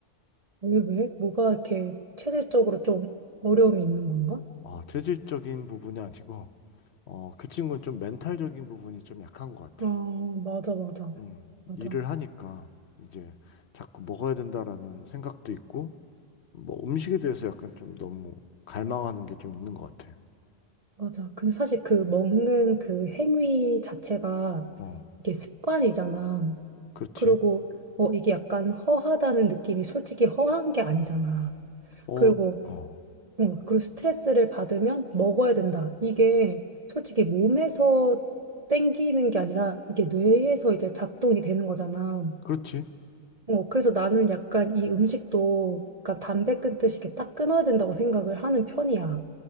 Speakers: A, on the right; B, on the left.
A: 왜, 왜? 뭐가 이렇게 체질적으로 좀 어려움이 있는 건가?
B: 어, 체질적인 부분이 아니고 어, 그 친구는 좀 멘탈적인 부분이 좀 약한 것 같아.
A: 아, 맞아, 맞아.
B: 음,
A: 맞아,
B: 일을 하니까 이제 자꾸 먹어야 된다라는 생각도 있고 뭐 음식에 대해서 약간 좀 너무 갈망하는 게 좀 있는 것 같아.
A: 맞아. 근데 사실 그 먹는 그 행위 자체가
B: 어,
A: 이게 습관이잖아.
B: 그렇지.
A: 그리고, 어, 이게 약간 허하다는 느낌이 솔직히 허한 게 아니잖아.
B: 어,
A: 그리고,
B: 어,
A: 어, 그리고 스트레스를 받으면 먹어야 된다. 이게 솔직히 몸에서 땡기는 게 아니라 이게 뇌에서 이제 작동이 되는 거잖아.
B: 그렇지.
A: 어, 그래서 나는 약간 이 음식도 약간 담배 끊듯이 이렇게 딱 끊어야 된다고 생각을 하는 편이야.